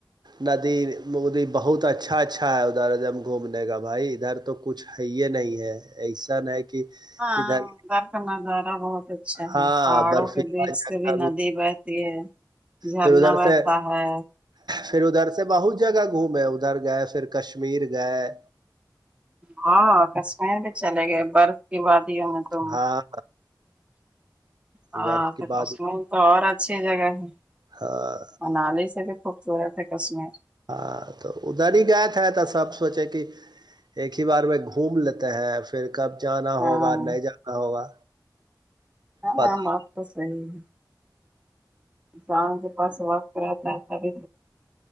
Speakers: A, on the right; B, on the right.
A: ندی مودی بہت اچھا اچھا ہے ادھر ا د گھومنے کا بھائی ادھر تو کچھ یہ نہیں ہے ایسا کہ
B: ہاں
A: ادھر
B: گر کا نظارہ بہت اچھا ہے
A: ہاں
B: پہاڑوں
A: برفیلا
B: کے بیچ
A: جگہ
B: ک بھی ندی بہتی ہے جھرنا
A: پھر ادھر
B: بہتا
A: سے
B: ہے
A: پھر ادھر سے بہت جگہ گھومے ادھر گئے پھر کشمیر گئے
B: ہاں کشمیر بھی چلے گئے برف کی باد ہی ہو میں تم
A: ہاں
B: ہاں
A: برف کی بات
B: کشمیر تو اور اچھی جگہ ہے
A: ہاں
B: منالی سے بھی خوب چورت ہے کسمیر
A: ہاں تو ادھر ہی گائے تھ ہے تھا سب سوچے کہ ایک ہی بار میں گھوم لیتے ہیں پھر کب جانا
B: ہاں
A: ہوگا نہیں جانا ہوگا
B: ہاں
A: پتا
B: بات تو صحیح ہے جان کے پاس واک کراتا بھی